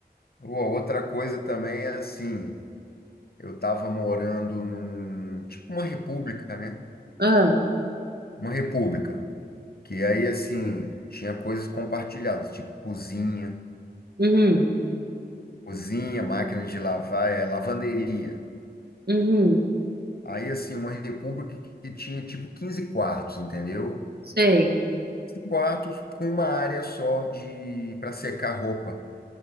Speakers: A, on the left; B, on the right.
A: Ou a outra coisa também é assim, eu estava morando num, tipo uma república, né?
B: Ah,
A: Uma república, que aí assim, tinha coisas compartilhadas, tipo cozinha,
B: uhum,
A: cozinha, máquina de lavar, é, lavanderia.
B: uhum,
A: Aí, assim, uma república que tinha tipo 15 quartos, entendeu?
B: sei.
A: Quartos com uma área só de para secar roupa.